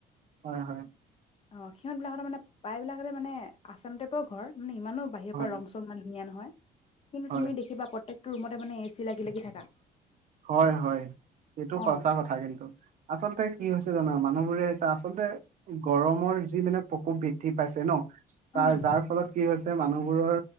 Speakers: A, on the right (about 50°); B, on the left (about 35°).
A: হয়হয়।
B: অ' সিহঁতবিলাকৰ মানে প্ৰায়বিলাকতে মানে আচাম টাইপৰ ঘৰ। মানে ইমানো বাহিৰৰ
A: হয়,
B: পৰা ৰং চং মানে ধুনীয়া নহয়। কিন্তু
A: হয়।
B: তুমি দেখিবা প্ৰত্যেকটো ৰুমতে মানে এ চি লাগি লাগি থাকা।
A: হয় হয়। এইটো
B: অ
A: সচা কথা কিন্তু। আচলতে কি হৈছে জানা, মানুহবোৰে আচলতে, গৰমৰ যি মানে প্ৰকোপ বৃদ্ধি পাইছে ন তাৰ
B: উম
A: যাৰ ফলত কি হৈছে মানুহবোৰৰ